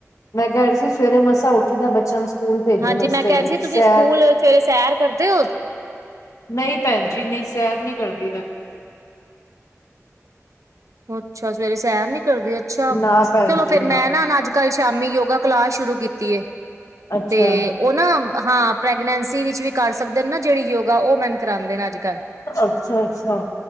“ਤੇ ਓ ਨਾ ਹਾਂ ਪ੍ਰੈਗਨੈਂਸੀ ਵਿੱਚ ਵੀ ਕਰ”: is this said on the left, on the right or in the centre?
Right